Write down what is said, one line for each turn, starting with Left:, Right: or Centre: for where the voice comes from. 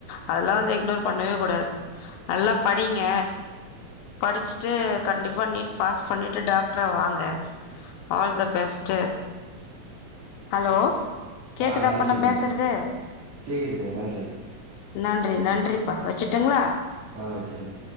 Left: அதெல்லா வந்து இக்னோர் பண்ணவே கூடாது நல்லா படிங்க படிச்சிட்டு கண்டிப்பா நீட் பாஸ் பண்ணிட்டு டாக்டரா வாங்க ஆல் த பெஸ்ட் ஹலோ கேக்குதாப்பா
Right: ஆஹ் நன்றிங்க
Left: நா பேசுறது
Right: கேக்குதுங்க நன்றி
Left: நன்றி நன்றிப்பா வச்சுட்டுங்களா
Right: ஆஹ் வச்சுருங்க